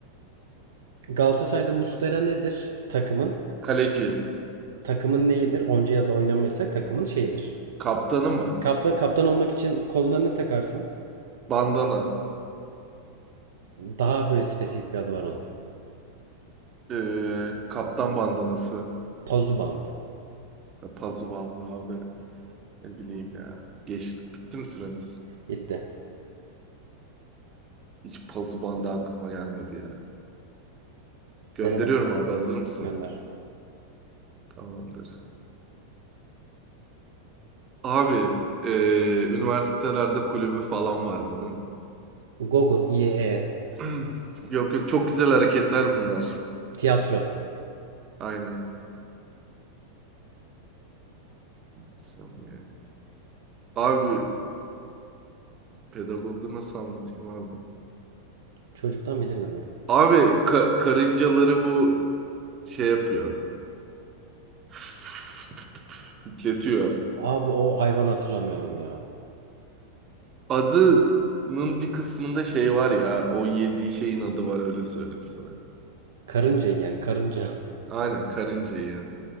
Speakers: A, on the right (about 60°); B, on the right (about 30°).
A: Galatasaray'da Muslera nedir? Takımın.
B: kaleci,
A: Takımın neyidir? Onca yılda oynamıyorsak takımın şeyidir.
B: kaptanı mı?
A: Kaptan, kaptan olmak için koluna ne takarsın?
B: Bandana.
A: Daha böyle spesifik bir adı var onun.
B: Ee, kaptan bandanası.
A: Pazu bandı.
B: Ya, Pazuvanlı abi. Ne bileyim ya. Geçti. Bitti mi süremiz?
A: Bitti.
B: Hiç puzzle bandı aklıma gelmedi ya. Gönderiyorum
A: Dene bakalım.
B: abi hazır mısın?
A: Gönder.
B: Tamamdır. Abi eee, üniversitelerde kulübü falan var bunun.
A: Google, IE,
B: <clears throat> Yok yok çok güzel hareketler bunlar.
A: tiyatro.
B: Aynen. Bir saniye. Abi pedagogu nasıl anlatayım abi?
A: Çocuktan bilirdim ya.
B: Abi ka- karıncaları bu şey yapıyor. <laughs> <sniffs> Üfletiyor.
A: Abi o hayvan hatırlamıyorum ya.
B: Adının bir kısmında şey var ya. O yediği şeyin adı var öyle söyleyeyim sana.
A: Karınca yiyen, karınca.
B: Aynen karınca yiyen.